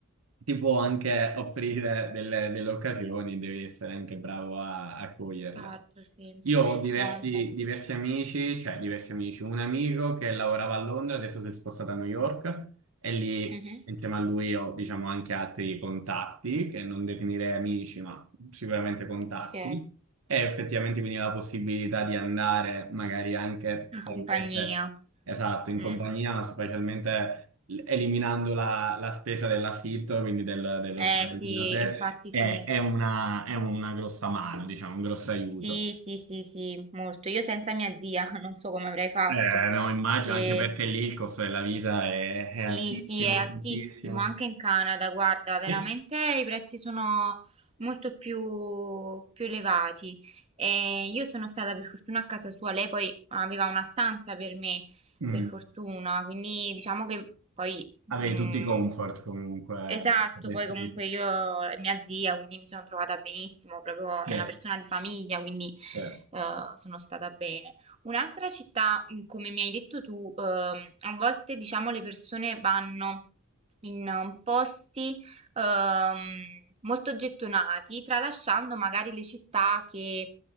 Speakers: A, on the right (about 80°); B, on the right (about 30°).
A: ti può anche offrire delle, delle occasioni, devi essere anche bravo a, a coglierle.
B: Esatto, sì.
A: Io ho diversi,
B: No, infatti.
A: diversi amici, cioè diversi amici, un amico che lavorava a Londra, adesso si è spostato a New York e lì
B: Mhm,
A: insieme a lui ho diciamo anche altri contatti che non definirei amici, ma sicuramente contatti.
B: Ok.
A: E effettivamente quindi la possibilità di andare magari anche,
B: In
A: tra
B: compagnia.
A: virgolette, esatto, in
B: Mm.
A: compagnia, specialmente eliminando la, la spesa dell'affitto, quindi del- dello
B: Eh
A: stare
B: sì,
A: lì da te,
B: infatti
A: è,
B: sì.
A: è una, è una grossa mano, diciamo, un grosso aiuto.
B: Sì, sì, sì, sì, molto. Io senza mia zia <laughs> non so come avrei fatto,
A: Eh, no, immagino
B: perché
A: anche perché lì il costo della vita è, è
B: Sì,
A: altissimo,
B: sì, è altissimo
A: altissimo.
B: anche in Canada, guarda, veramente
A: E-
B: i prezzi sono molto più, più elevati. E io sono stata per fortuna a casa sua, lei poi aveva una stanza per me,
A: Mm.
B: per fortuna, quindi diciamo che poi...
A: Avevi
B: mm,
A: tutti i comfort comunque,
B: esatto,
A: potessi
B: poi comunque
A: dire.
B: io è mia zia, quindi mi sono trovata benissimo, proprio
A: Certo,
B: è una persona di famiglia, quindi
A: certo,
B: eh, sono stata bene. Un'altra città, mm, come mi hai detto tu, ehm, a volte diciamo le persone vanno in eh, posti ehm, molto gettonati, tralasciando magari le città che eh,